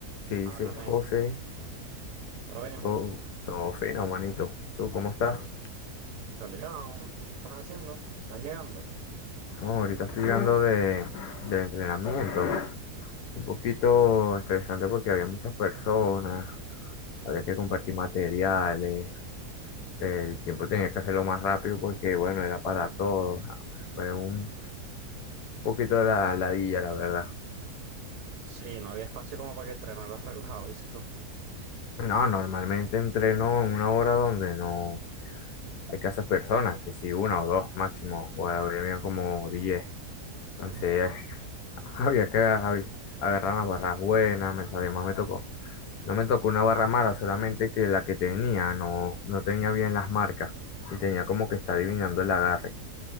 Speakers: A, on the left; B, on the right.
A: ¿Qué dice
B: Háblame,
A: José?
B: ¿todo bien?
A: Todo, todo fino, manito. ¿Tú cómo estás?
B: Calidad, ¿qué estás haciendo? ¿Estás llegando?
A: No, ahorita estoy llegando de, del entrenamiento. Un poquito estresante porque había muchas personas, había que compartir materiales, el tiempo tenía que hacerlo más rápido porque, bueno, era para todos. Fue un poquito de la ladilla, la verdad.
B: Sí, no había espacio como para que entrenaras relajado, dices tú.
A: No, normalmente entreno en una hora donde no hay casas personas, que si una o dos máximo, o ahora habían como diez. Entonces,
B: Mm, ah, bueno,
A: <laughs> había que había- agarrar las barras buenas, me- además me tocó. No me tocó una barra mala, solamente que la que tenía no, no tenía bien las marcas y tenía como que está adivinando el agarre.